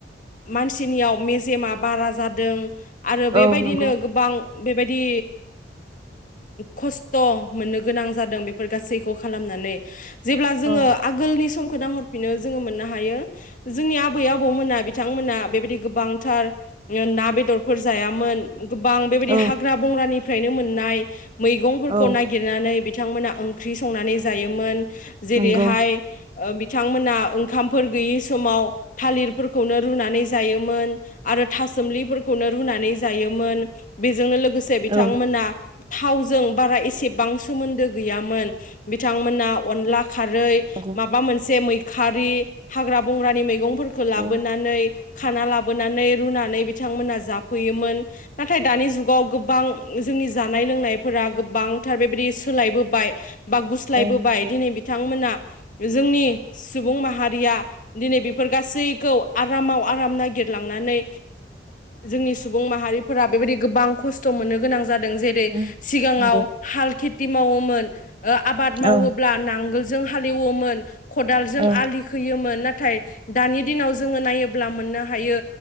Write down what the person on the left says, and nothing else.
मानसिनियाव मेजेमा बारा जादों। आरो
बेबायदिनो।
गोबां बेबायदि खस्थ' ओम- मोननो गोनां जादों बेफोर गासैखौ खालामनानै। जेब्ला जोङो
आगोलनि समखौ नाहरफिनो जोङो मोननो हायो। हायो जोंनि आबै -आबौमोना बिथांमोना बेबायदि गोबांथार ना बेदरफोर जायामोन। गोबां बेबायदि
हाग्रा बंग्रानि। फ्रायनो मोननाय। मैगंफोरखौ
नागिरनानै बिथांमोना ओंख्रि संनानै जायोमोन। जेरैहाय
बिथांमोना। ओंखामफोर गैयि समाव थालिरफोरखौनो रुनानै जायोमोन आरो थासोमलिफोरखौनो रुनानै जायोमोन। मोन बेजोंनो लोगोसे बिथांमोना।
थावजों बारा एसेबां सोमोन्दो गैयामोन बिथांमोना अनला। खारै
माबा मोनसे मै खारि हाग्रा -बंग्रानि मैगं। फोरखौ लाबोनानै
खाना। बोनानै रुनानै बिथांमोना जाफैयोमोन। नाथाय दानि जुगाव गोबां जोंनि जानाय लोंनायफोरा गोबांथार बेबायदि सोलायबोबाय। बा गुस्लायबोबाय
दिनै बिथांमोना। जोंनि सुबुं माहारिया दिनै बेफोर गासैखौ आरामाव आराम नागिरलांनानै जोंनि सुबुं माहारि। फोरा बेबायदि गोबां खस्थ' मोननो गोनां। जादों जेरै
सिगाङाव
हाल खेथि मावोमोन। आबाद मावोब्ला
नांगोल। हालवोमोन खदालजों
आलि खोनोयोन। नाथाय दानि दिनाव जोङो नायोब्ला मोननो हायो